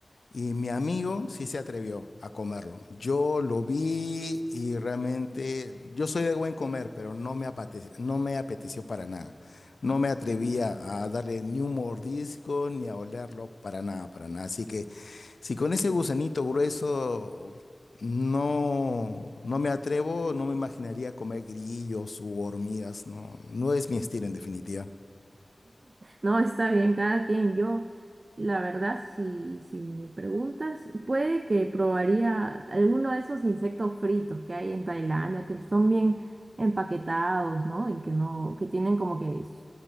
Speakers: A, on the left; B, on the right.
A: y mi amigo sí se atrevió a comerlo. Yo lo vi y realmente yo soy de buen comer, pero no me apeteció, no me apeteció para nada. No me atrevía a darle ni un mordisco ni a olerlo para nada, para nada. Así que si con ese gusanito grueso no, no me atrevo, no me imaginaría comer grillos u hormigas. No, no es mi estilo en definitiva.
B: No, está bien, cada quien. Yo, la verdad, si, si me preguntas, puede que probaría alguno de esos insectos fritos que hay en Tailandia, que son bien empaquetados, ¿no? Y que no, que tienen como que